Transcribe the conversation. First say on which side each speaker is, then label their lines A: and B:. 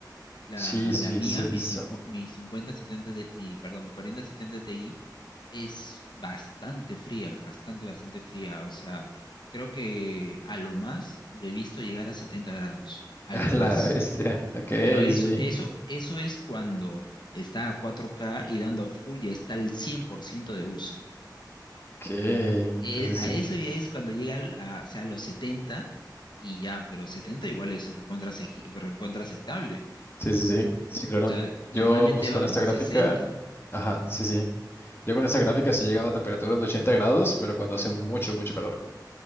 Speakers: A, on the left; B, on the left.
A: La,
B: Sí, sí,
A: la mía,
B: sí he visto.
A: mi, cincu- mi 5070, de- mi, perdón, mi cuarenta setenta Ti es bastante fría, bastante, bastante fría. O sea, creo que a lo más le he visto llegar a 70 grados, a
B: <laughs> A
A: lo más.
B: la bestia. Ok,
A: Pero eso,
B: sí.
A: eso, eso es cuando está a cuatro k y dando full ya está al 100% de uso.
B: Ok, entonces
A: Eh, a
B: sí.
A: eso ya es cuando llega al- a, o sea, a los 70 y ya, pero 70 igual es recontra, asequi- recontra aceptable.
B: Sí, sí, sí. Sí, claro.
A: O sea, normalmente
B: Yo, pues con
A: va,
B: esta
A: va
B: gráfica.
A: a 60.
B: Ajá, sí, sí. Yo con esta gráfica sí he llegado a temperaturas de 80 grados, pero cuando hace mucho, mucho calor.